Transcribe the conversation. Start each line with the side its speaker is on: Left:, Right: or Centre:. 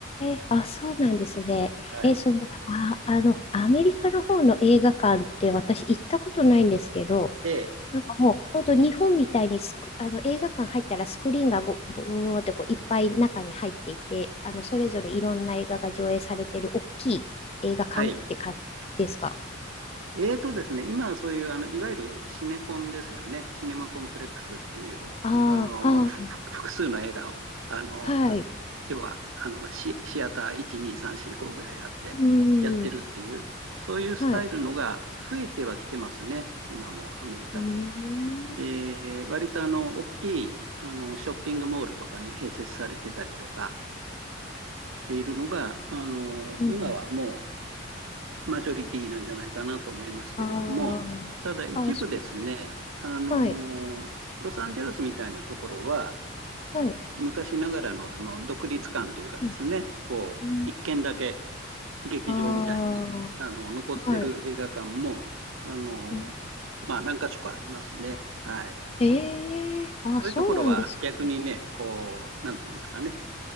Left: ー、あ、そうなんですね。
Right: はい。
Left: えーその、あ、あの、アメリカの方の映画館って私行ったことないんですけど、
Right: で、
Left: なんかもう、本当日本みたいにスク、あの映画館入ったらスクリーンがぼぼーってこういっぱい中に入っていて、あのそれぞれいろんな映画が上映されてる大きい映画館って感じですか
Right: はい。えーとですね、今はそういう、あの、いわゆるシネコンですよね。シネマコンプレックスっていう、
Left: ああ、
Right: あの、
Left: は
Right: ふふ複数の映画を、あの、
Left: あ、はい。
Right: 要は、あの、シ、シアター1、2、3、4、5ぐらいあって、
Left: うん、
Right: やってるっていう、そういうスタイルのが増えてはきてますね。
Left: はい。
Right: 今もアメリカで。
Left: うん、
Right: で、割とあの、大きい、あの、ショッピングモールとかに併設されてたりとかしているのが、あの、
Left: うん、
Right: 今はもマジョリティなんじゃないかなと思いますけれども、
Left: あ
Right: ただ一部ですね、
Left: あ、ああ、そう、
Right: あの、
Left: はい、
Right: ロサンゼルスみたいなところは、
Left: はい。
Right: 昔ながらのその独立感というかですね、
Left: うん
Right: こう、
Left: うん
Right: 一軒だけ劇場みたいに、
Left: ああ、
Right: あの、残ってる映画館も、
Left: はい。
Right: あの、
Left: うん
Right: まあ何か所かありますね。はい。
Left: ええああ、
Right: そういうところは逆にね、
Left: そうなんですね。
Right: こう、なんていうんですかね、